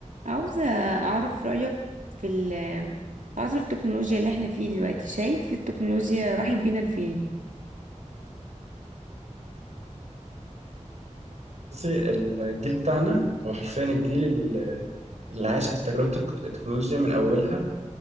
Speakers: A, on the right; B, on the right.
A: عاوزة أعرف رأيك في ال- عصر التكنولوجيا اللي احنا فيه دلوقتي شايف التكنولوجيا راحت بينا لفين
B: بصي الجيل بتاعنا هو حرفيا الجيل ال- اللي عاش تجربة التك- التكنولوجيا من أولها